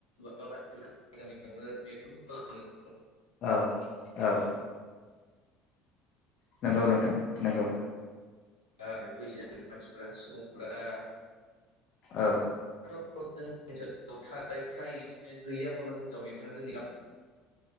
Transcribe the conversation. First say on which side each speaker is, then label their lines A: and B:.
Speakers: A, on the left; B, on the left.
A: गासैबो गामियावनो बेफोरखौ खालामनो
B: औ औ नंगौ नोंथां नंगौ
A: आरो बैसो जानाय मानसिफोरा सुबुंफोरा दा
B: औ।
A: दाथ' जोंनि ओनसोलाव थारै फ्रायैनो गैयाखौनो बुंजाबाय नोंथां जोंनि गामि